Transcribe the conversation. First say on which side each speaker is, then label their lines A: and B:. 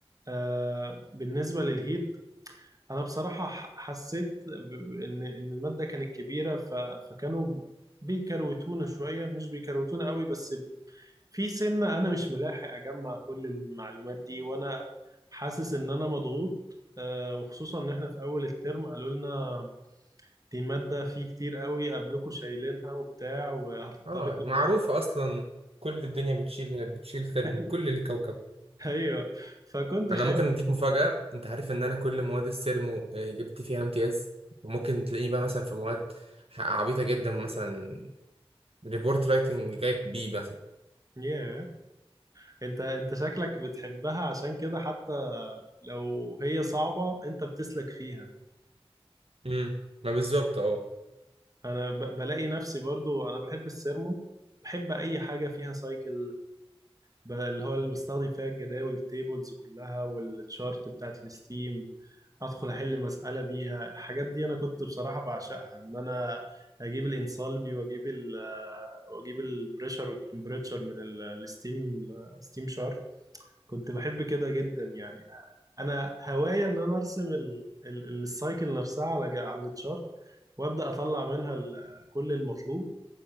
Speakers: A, on the right; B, on the right.
A: آه بالنسبة للهيت أنا بصراحة ح- حسيت ب- ب- إن إن المادة كانت كبيرة ف... فكانوا بيكروتونا شوية مش بيكروتونا قوي بس في سنة أنا مش ملاحق أجمع كل المعلومات دي وأنا حاسس إن أنا مضغوط آه وخصوصا إن إحنا في أول الترم قالوا لنا دي مادة في كتير قوي قبلكوا شايلينها وبتاع وهتضطر
B: اه
A: كده
B: معروفه اصلا كل الدنيا بتشيل بتشيل ثرمو
A: <laughs>
B: كل الكوكب
A: ايوه فكنت
B: انا
A: خايف
B: ممكن اديك مفاجأة انت عارف ان انا كل مواد السيرمو آه، جبت فيها امتياز وممكن تلاقيه بقى مثلا في مواد ح- عبيطة جدا مثلا ريبورت رايتنج جايب بي مثلا
A: ياه انت انت شكلك بتحبها عشان كده حتى لو هي صعبة انت بتسلك فيها
B: امم ما بالظبط اه
A: انا ب... بلاقي نفسي برضو انا بحب السيرمو بحب اي حاجة فيها سايكل ب- اللي هو اللي بستخدم فيها الجداول التيبلز كلها والتشارت بتاعت الستيم ادخل احل مسألة بيها الحاجات دي انا كنت بصراحة بعشقها ان انا اجيب الانسالبي واجيب ال آه، واجيب البريشر والتمبريتشر من الستيم ستيم شارت كنت بحب كده جدا يعني انا هواية ان انا ارسم السايكل نفسها على ج- على التشارت وابدا اطلع منها ال- كل المطلوب